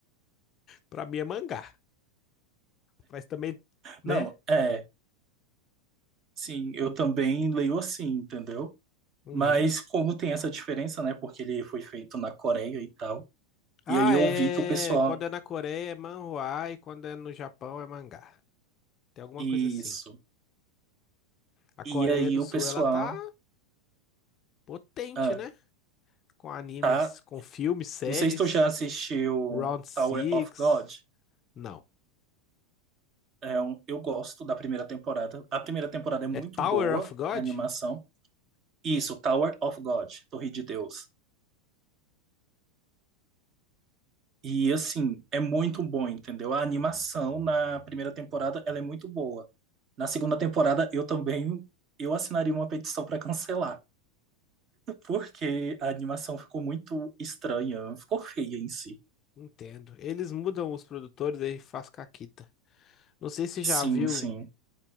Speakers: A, on the left; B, on the right.
A: Pra mim é mangá. Mas também, né?
B: Não, é. Sim, eu também leio assim, entendeu?
A: Uhum.
B: Mas como tem essa diferença, né? Porque ele foi feito na Coreia e tal.
A: Ah,
B: E aí eu
A: é.
B: vi que o pessoal.
A: Quando é na Coreia é manhua e quando é no Japão é mangá. Tem alguma
B: Isso.
A: coisa assim. A
B: E
A: Coreia
B: aí
A: do
B: o
A: Sul,
B: pessoal.
A: ela tá potente,
B: Ah,
A: né? Com animes,
B: tá.
A: com filmes, séries.
B: Não sei se tu já assistiu
A: Round Six.
B: Tower of God.
A: Não.
B: É um- eu gosto da primeira temporada. A primeira temporada é muito
A: É Tower
B: boa,
A: of God?
B: a animação. Isso, Tower of God, Torre de Deus. E assim, é muito bom, entendeu? A animação na primeira temporada, ela é muito boa. Na segunda temporada, eu também eu assinaria uma petição para cancelar. Porque a animação ficou muito estranha, ficou feia em si.
A: Entendo. Eles mudam os produtores aí faz caquita. Não sei se já
B: Sim,
A: viu
B: sim.